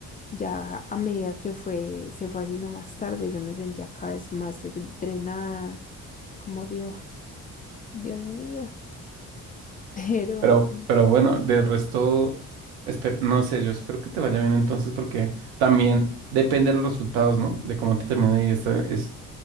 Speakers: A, on the left; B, on the right.
A: ya a medida que fue, se fue haciendo más tarde, yo me sentía cada vez más drenada. Yo como Dios, Dios mío. <laughs> Pero
B: Pero, pero bueno, de resto, espe- no sé, yo espero que te vaya bien entonces, porque también depende de los resultados, ¿no? De cómo te termine ahí esta, esta